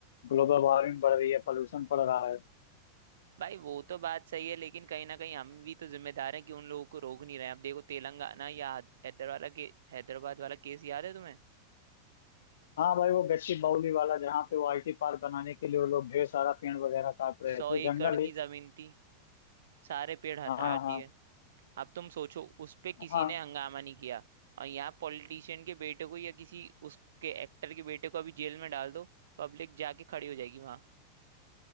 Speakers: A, on the left (about 60°); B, on the right (about 60°).
A: ग्लोबल वार्मिंग बढ़ रही है पोल्यूशन बढ़ रहा है
B: भाई वो तो बात सही है लेकिन कहीं ना कहीं हम भी तो जिम्मेदार हैं कि उन लोगों को रोक नहीं रहे हैं। अब देखो तेलंगाना या हैदराबाद वाला के हैदराबाद वाला केस याद है तुम्हें
A: हाँ भाई वो गच्ची बाउली वाला जहाँ पे वो आईटी पार्क बनाने के लिए वो लोग ढेर सारा पेड़ वगैरह काट रहे
B: सौ
A: थे
B: एकड़
A: जंगल
B: की
A: ही
B: जमीन थी सारे पेड़ हटा
A: हाँ
B: दिए
A: हाँ
B: अब तुम सोचो उस पे किसी
A: हाँ
B: ने हंगामा नहीं किया और यहाँ पॉलिटिशियन के बेटे को या किसी उसके एक्टर के बेटे को अभी जेल में डाल दो पब्लिक जाके खड़ी हो जाएगी वहां